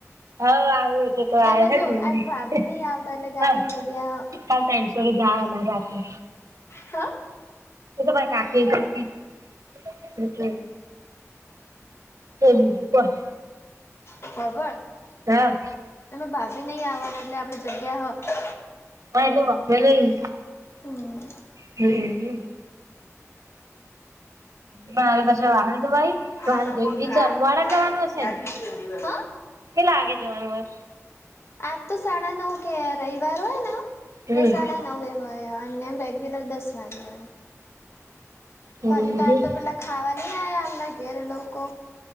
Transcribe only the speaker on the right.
<unintelligible>
્રેન્સો ર જમારે આપે.
એ તો <unintelligible> એટલે તે બીજું પણ
હા.
હા એટ વા ન.
હ. પણરે પાછ વાહન ધવાય વાહન
ધોઈ. ચાર
મોડા
જવાનું હશે
ને?
પેલા આગે જવાનું હ?
હમ
હમ